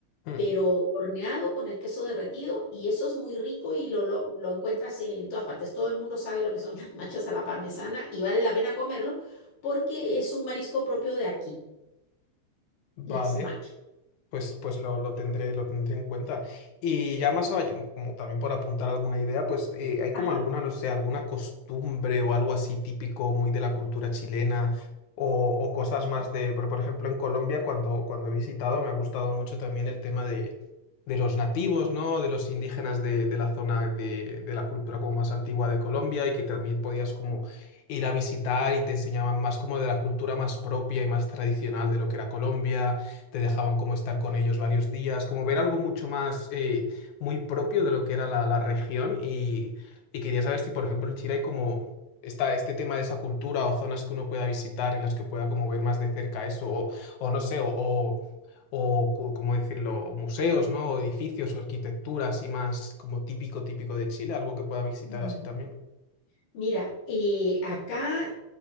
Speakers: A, on the left (about 70°); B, on the left (about 90°).
A: ujú.
B: pero horneado con el queso derretido y eso es muy rico y lo, lo, lo encuentras en todas partes. Todo el mundo sabe lo que son <laughs> las machas a la parmesana y vale la pena comerlo porque es un marisco propio de aquí,
A: Vale.
B: las machas.
A: Pues, pues lo, lo tendré, lo tendré en cuenta. Y ya más allá, como también por apuntar alguna idea, pues eh, hay
B: Ajá.
A: como alguna, no sé, alguna costumbre o algo así típico muy de la cultura chilena o, o cosas más de, pero por ejemplo en Colombia cuando, cuando he visitado me ha gustado mucho también el tema de, de los nativos, ¿no? De los indígenas de, de la zona de, de la cultura como más antigua de Colombia y que también podías como
B: Ajá.
A: ir a visitar y te enseñaban más como de la cultura más propia y más tradicional de lo que era Colombia te dejaban como estar con ellos varios días, como ver algo mucho más eh, muy propio de lo que era la, la región y, y quería saber si, por ejemplo, en Chile hay como está este tema de esa cultura o zonas que uno pueda visitar en las que pueda como ver más de cerca eso o, o no sé, o, o, o cu- cómo decirlo, museos, ¿no? O edificios o arquitectura así más como típico, típico de Chile, algo que pueda visitar
B: Mm.
A: así también.
B: Mira, eh, acá